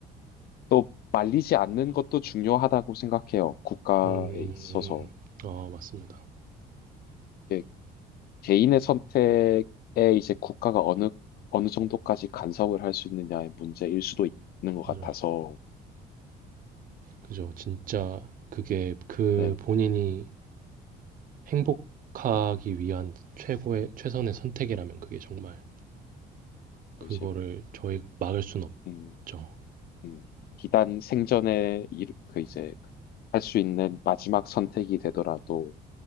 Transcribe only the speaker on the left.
또 말리지 않는 것도 중요하다고 생각해요. 국가에
있어서.
이게 개인의 선택에 이제 국가가 어느, 어느 정도까지 간섭을 할 수 있느냐의 문제일 수도 있는 것 같아서,
네.
뭐
이제,
음,
음, 기단 생전에 이르- 그 이제 할 수 있는 마지막 선택이 되더라도